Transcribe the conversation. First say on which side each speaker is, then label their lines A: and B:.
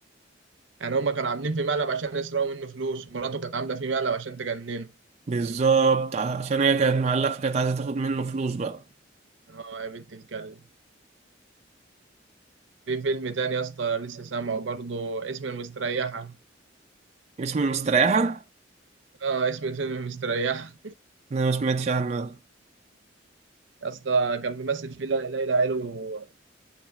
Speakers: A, on the right; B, on the right.
A: يعني هما كانوا عاملين في مقلب عشان يسرقوا منه فلوس ومراته كانت عاملة في مقلب عشان تجننه
B: بالظبط عشان هي كانت مقلقه فكانت عايزه تاخد منه فلوس بقى
A: آه يا بنت الكلب في فيلم تاني يا اسطى لسه سامعه برضه اسم المستريحة
B: اسم المستريحه
A: آه اسم الفيلم المستريحة
B: انا ما سمعتش عنه ده
A: يا اسطى كان بيمثل فيه لي- ليلى علو و-